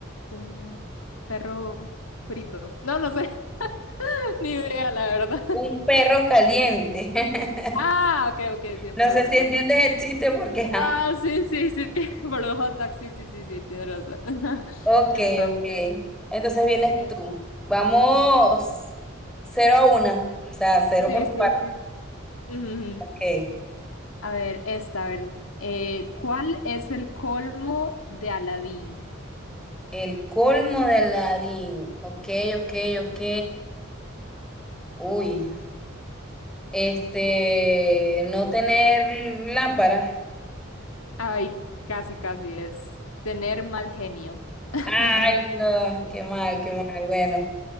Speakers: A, on the left; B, in the centre.
A: un perro frito. No, no sé, <laughs> ni idea, la verdad.
B: Un perro caliente. <laughs>
A: Ah, ok, ok, sí, un
B: No
A: perro
B: sé
A: caliente.
B: si entiendes el chiste porque... ajá.
A: Ah, sí, sí, sí, <laughs> por los hot dogs, sí, sí, sí, sí, tienes razón. <laughs>
B: Ok,
A: Está bueno.
B: ok. Entonces vienes
A: Eh,
B: tú. Vamos
A: bu-
B: cero a una, O sea, cero
A: sí,
B: por tu
A: sí,
B: parte.
A: sí. Ujú. ujú.
B: ok.
A: A ver, esta, a ver, eh, ¿cuál es el colmo de Aladín?
B: El colmo de Aladdin. Ok, ok, ok. Uy. Este, no tener lámpara.
A: Ay, casi, casi, es tener mal genio. <laughs>
B: Ay, no, qué mal, qué mal. Bueno,